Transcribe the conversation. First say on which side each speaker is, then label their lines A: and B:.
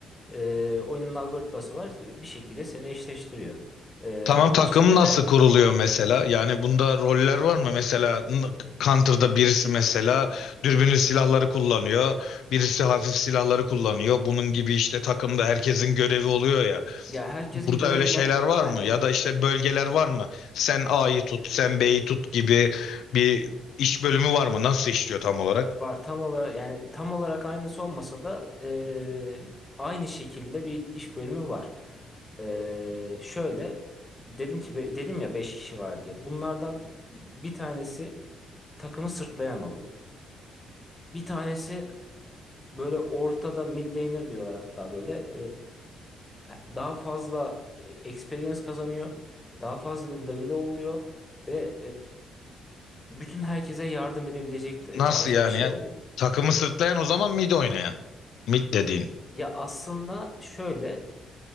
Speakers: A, on the left; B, on the left.
A: E, oyunun algoritması var. Bir şekilde seni eşleştiriyor. E,
B: tamam
A: oyunun
B: takım
A: içinde
B: nasıl
A: de
B: kuruluyor mesela? Yani bunda roller var mı? Mesela n- Counter'da birisi mesela dürbünlü silahları kullanıyor. Birisi hafif silahları kullanıyor. Bunun gibi işte takımda herkesin görevi oluyor ya.
A: ya herkesin
B: Burada
A: görevi
B: öyle şeyler
A: var.
B: var
A: Aynen.
B: mı? Ya da işte bölgeler var mı? Sen A'yı tut, sen B'yi tut gibi bir iş bölümü var mı? Nasıl işliyor tam olarak?
A: Var tam olarak yani tam olarak aynısı olmasa da e, aynı şekilde bir iş bölümü var. E, şöyle dedim ki be- dedim ya 5 kişi var diye. Bunlardan bir tanesi takımı sırtlayan oluyor. Bir tanesi Böyle ortada mid laner diyorlar hatta böyle. Ee, daha fazla e, experience kazanıyor. Daha fazla level oluyor. Ve e, bütün herkese yardım edebilecek e,
B: Nasıl
A: tarzda
B: yani
A: bir şey
B: ya?
A: oluyor.
B: Takımı sırtlayan o zaman mid oynayan. Mid dediğin.
A: Ya aslında şöyle